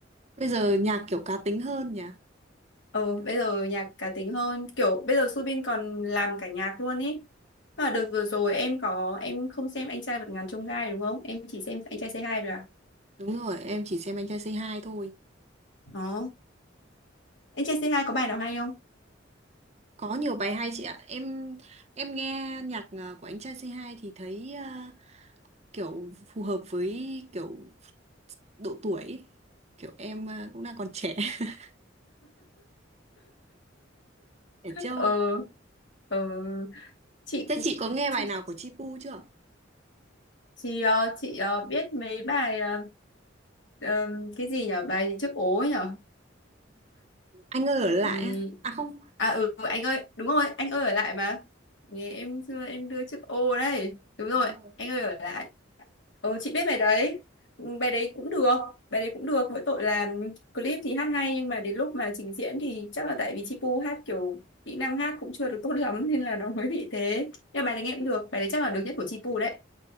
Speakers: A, on the right; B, on the left.
A: Bây giờ nhạc kiểu cá tính hơn nhỉ.
B: Ờ,
A: Kiểu
B: bây giờ nhạc cá tính hơn, kiểu bây giờ Subin còn làm cả nhạc luôn ý. À, đợt vừa rồi em có em không xem anh trai vượt ngàn chông gai đúng không? Em chỉ xem anh trai C2 rồi à?
A: Đúng rồi, em chỉ xem Anh Trai Say Hi thôi.
B: Đó. Anh trai C2 có bài nào hay không?
A: Có nhiều bài hay chị ạ. Em em nghe nhạc à, của Anh Trai Say Hi thì thấy à, kiểu phù hợp với kiểu độ tuổi. ấy. Kiểu em à, cũng đang còn trẻ, <laughs> trẻ trâu.
B: Ờ, ờ chị
A: Thế chị có nghe
B: chị
A: bài nào của Chi chưa?
B: Chị ờ, chị ờ, biết mấy bài ờ, ờ, cái gì nhở bài gì trước ố ấy nhở
A: Anh ơi ở lại
B: ừ.
A: á. À không,
B: À ừ anh ơi đúng rồi anh ơi ở lại mà Nghe em xưa em đưa trước ô đấy đúng
A: đúng
B: rồi
A: rồi.
B: anh ơi ở lại ừ, chị biết bài đấy Ừ, bài đấy cũng được bài đấy cũng được mỗi tội là clip thì hát hay nhưng mà đến lúc mà trình diễn thì chắc là tại vì Chi Pu hát kiểu kỹ năng hát cũng chưa được tốt lắm nên là nó mới bị thế nhưng mà bài đấy nghe cũng được bài đấy chắc là được nhất của Chi Pu đấy